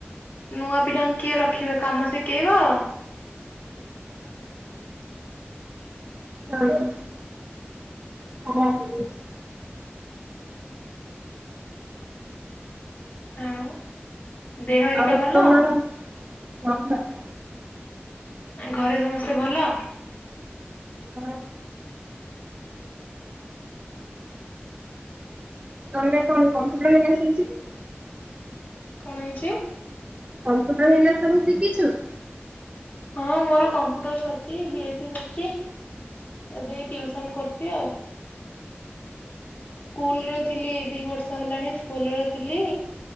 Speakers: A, on the left; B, on the right.
A: ନୂଆ ପିଲାଙ୍କୁ କିଏ ରଖିବ କାମ ଶିଖେଇବ।
B: <unintelligible> <inaudible>
A: ଆଉ ଦେହ ହେରିକା
B: <inaudible>
A: ଭଲ। ଘରେ ସମସ୍ତେ ଭଲ
B: ହଁ <inaudible>
A: କ'ଣ ହେଇଚି?
B: <inaudible>
A: ହଁ ମର କମ୍ପୁଟର ସର୍ଚି, ବିଏସି ସର୍ଚି। ଏବେ ଟିଉସନ୍ କ--ଚି ଆଉ। କୁଲ୍‌ରେ ଥିଲି, ଦି ବର୍ଷ ହେଲାଣି ସ୍କୁଲ୍ ରେ ଥିଲି।